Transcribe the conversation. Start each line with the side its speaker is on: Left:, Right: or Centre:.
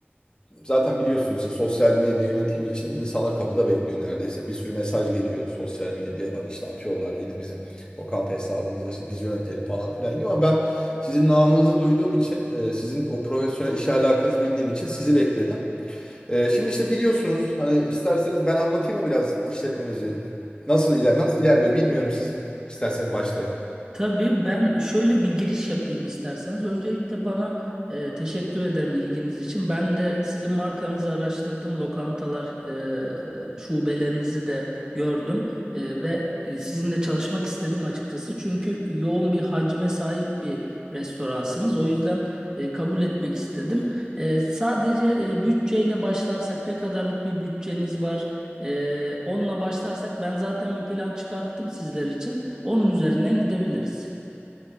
Left: e, zaten biliyorsunuz ya sosyal medya yönetimi için insanlar kapıda bekliyor neredeyse. Bir sürü mesaj geliyor sosyal medyadan işte atıyorlar yine bizim lokanta hesabımızda işte biz yönetelim falan filan gibi. Ama ben sizin namınızı duyduğum için e, sizin o profesyonel iş alakınızı bildiğim için sizi bekledim. E, şimdi işte biliyorsunuz hani isterseniz ben anlatayım mı biraz işletmemizi nasıl iler nasıl ilerliyor bilmiyorum siz isterseniz başlayın.
Right: Tabii ben şöyle bir giriş yapayım isterseniz. Öncelikle bana e, teşekkür ederim ilginiz için. Ben de sizin markanızı araştırdım. Lokantalar, e, şubelerinizi de gördüm. E, ve e, sizinle çalışmak istedim açıkçası. Çünkü yoğun bir hacme sahip bir restoransınız. O yüzden e, kabul etmek istedim. E, sadece e, bütçeyle başlarsak ne kadarlık bir bütçeniz var? E, onunla başlarsak ben zaten bir plan çıkarttım sizler için. Onun üzerinden gidebiliriz.